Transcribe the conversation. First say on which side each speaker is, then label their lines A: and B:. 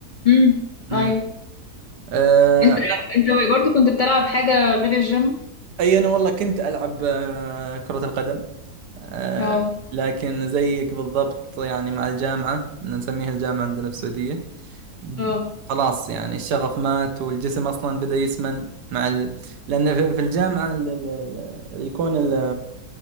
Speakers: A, on the left; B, on the right.
A: امم
B: أمم.
A: أيوه.
B: آه،
A: انت انت برضو كنت بتلعب حاجة غير الجيم
B: أي أنا والله كنت ألعب آه، كرة القدم آه،
A: اه
B: لكن زيك بالضبط يعني مع الجامعة إن نسميها الجامعة عندنا في السعودية ب-
A: اه
B: خلاص يعني الشغف مات والجسم أصلا بدأ يسمن مع ال... لأن في في الجامعة ال... ال... ال- يكون ال...